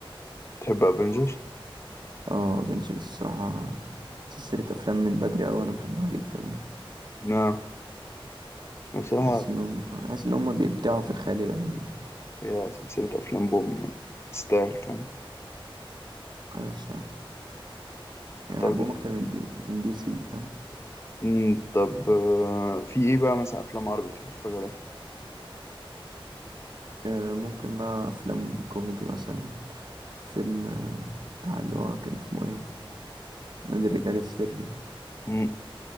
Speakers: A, on the left; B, on the right.
A: تحب افنجرز؟
B: اه افنجرز الصراحة سلسلة أفلام من بدري أوي أنا بحبها جدا يعني
A: نعم بصراحة
B: بحس إنهم بحس إن هم بيبدعوا في الخيال العلمي
A: هي سلسلة افلام بوم يعني تستاهل فاهم
B: أيوة الصراحة يعني
A: طب
B: بحبهم أكتر من دي من دي سي فاهم
A: مم، طب آه، في ايه بقى مثلا افلام عربي بتحب تتفرج عليها؟
B: آه، ممكن بقى أفلام كوميدي مثلا فيلم آه، بتاع اللي هو كان اسمه إيه نادي الرجال السري
A: مم،